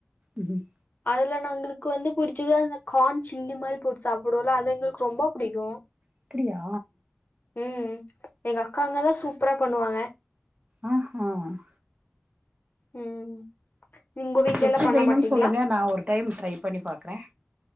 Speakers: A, on the right; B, on the left.
A: ம்
B: அதுல நா உங்களுக்கு வந்து புடிச் இதுல அந்த கான் சில்லி மாரி போட்டு சாப்புடுவோல அது எங்களுக்கு ரொம்ப புடிக்கு
A: அப்பிடியா
B: ம் எங்க அக்காங்கலாம் சூப்பரா பண்ணுவாக
A: ஆ ஹும்
B: ம் உங்க வீட்ல
A: எப்டி
B: எல்லா பண்ண
A: செய்யணுனு
B: மாட்டீங்களா
A: சொல்லுங்க நா ஒரு டைம் ட்ரை பண்ணி பாக்றேன்